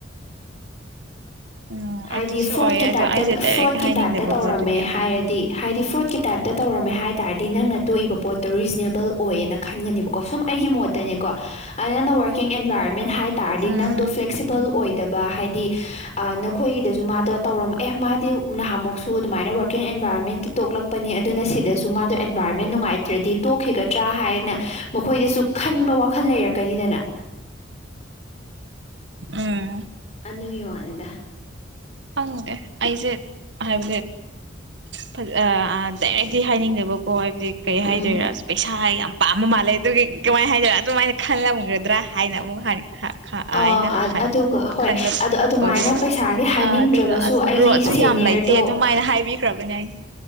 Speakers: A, on the right; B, on the left.
A: ꯎꯝ
B: ꯍꯥꯏꯗꯤ
A: ꯑꯗꯨꯁꯨ
B: ꯐ꯭ꯔꯣꯠꯀꯤ
A: ꯑꯣꯏꯌꯦ ꯑꯗꯣ
B: ꯇꯥꯏꯞꯇ
A: ꯑꯩꯁꯦ ꯗꯥꯏꯔꯦꯛ
B: ꯐ꯭ꯔꯣꯠꯀꯤ
A: ꯍꯥꯏꯅꯤꯡꯗꯕꯀꯣ
B: ꯇꯥꯏꯞꯇ ꯇꯧꯔꯝꯃꯦ
A: ꯑꯗꯨꯒꯤ
B: ꯍꯥꯏꯔꯗꯤ ꯍꯥꯏꯗꯤ ꯐ꯭ꯔꯣꯗꯀꯤ ꯇꯥꯏꯞꯇ ꯇꯧꯔꯝꯃꯦ ꯍꯥꯏꯕ ꯇꯥꯔꯗꯤ ꯅꯪꯅ ꯇꯣꯛꯏꯕ ꯄꯣꯠꯇꯣ ꯔꯤꯖꯅꯦꯕꯜ ꯑꯣꯏꯌꯦꯅ ꯈꯟꯒꯅꯦꯕꯀꯣ ꯁꯨꯝ ꯑꯩꯒꯤ ꯃꯣꯠꯇꯅꯦꯀꯣ ꯑꯗꯨ ꯅꯪꯅ ꯋꯥꯔꯀꯤꯡ ꯑꯦꯟꯚꯥꯏꯔꯣꯟꯃꯦꯟ ꯍꯥꯏ ꯇꯥꯔꯗꯤ
A: ꯎꯝ
B: ꯅꯪꯗꯣ ꯐ꯭ꯂꯦꯛꯁꯤꯕꯜ ꯑꯣꯏꯗꯕ ꯍꯥꯏ ꯗꯤ ꯑ ꯅꯞ ꯈꯣꯏꯒꯤꯗꯁꯨ ꯃꯥꯗꯣ ꯇꯧꯔꯝ ꯑꯦ ꯃꯥꯗꯤ ꯅꯍꯥꯃꯨꯛꯁꯨ ꯑꯗꯨꯃꯥꯏꯅ ꯋꯥꯔꯀꯤꯡ ꯑꯦꯟꯚꯥꯏꯔꯣꯟꯃꯦꯟ ꯀꯤ ꯇꯣꯛꯂꯛꯄꯅꯤ ꯑꯗꯨꯅ ꯁꯤ ꯁꯤꯗꯁꯨ ꯃꯥꯗꯣ ꯑꯦꯟꯚꯥꯏꯔꯣꯟꯃꯦꯟ ꯅꯨꯡꯉꯥꯏꯇ꯭ꯔꯗꯤ ꯇꯣꯛꯈꯤꯒꯗ꯭ꯔꯥ ꯍꯥꯏꯌꯦꯅ ꯃꯈꯣꯏꯗꯁꯨ ꯈꯟꯕ ꯋꯥꯈꯜ ꯂꯩꯔꯛ ꯀꯅꯤꯗꯅ
A: ꯎꯝ
B: ꯑꯗꯨꯒꯤ ꯋꯥꯅꯤꯗ
A: ꯈꯪꯗꯦ ꯑꯩꯁꯦ ꯍꯥꯏꯕꯗꯤ ꯐꯖ ꯑ ꯑꯥ ꯗꯥꯏꯔꯦꯛꯇꯤ ꯍꯥꯏꯅꯤꯡꯗꯦꯕꯀꯣ ꯍꯥꯏꯕꯗꯤ ꯀꯩ ꯍꯥꯏꯗꯣꯏꯔꯥ
B: ꯎꯝ
A: ꯄꯩꯁꯥ ꯍꯥꯏ ꯌꯥꯝ ꯄꯥꯝꯕ ꯃꯥꯜꯂꯦ ꯑꯗꯨꯒꯤ ꯀꯃꯥꯏꯅ ꯍꯥꯏꯗꯣꯏ ꯑꯗꯨꯃꯥꯏꯅ ꯈꯜꯂꯝꯒꯗ꯭ꯔꯥ ꯍꯥꯏꯅ ꯑꯃꯨꯛ ꯍꯥꯏ ꯍ ꯈ
B: ꯑ
A: ꯑꯥꯏꯅ
B: ꯑ-
A: ꯈꯟ
B: ꯑꯗꯨꯒ ꯍꯣꯏ
A: ꯈꯟꯅ
B: ꯑꯗꯣ ꯑꯗꯨꯃꯥꯏꯅ
A: ꯑꯗꯨꯗꯨ
B: ꯄꯩꯁꯥꯒꯤ ꯍꯥꯏꯅꯤꯡꯗ꯭ꯔꯒꯁꯨ
A: ꯑ ꯑꯗꯨꯒ ꯑꯁ
B: ꯑꯩꯒꯤ
A: ꯒ꯭ꯔꯣꯠꯁꯨ
B: ꯁꯦꯅꯤꯌꯔꯗꯣ
A: ꯌꯥꯝ ꯂꯩꯇꯦ ꯑꯗꯨꯃꯥꯏꯅ ꯍꯥꯏꯕꯤꯈ꯭ꯔꯕꯅꯦ ꯑꯩꯁꯦ